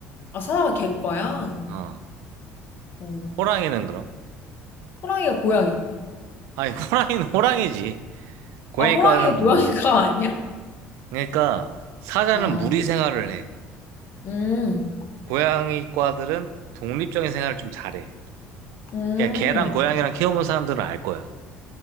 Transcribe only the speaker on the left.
아, 사자가 개과야?
어,
호랑이가 고양이.
아, 호랑이는
고양이가 <laughs> 아니야?
아,
음,
음.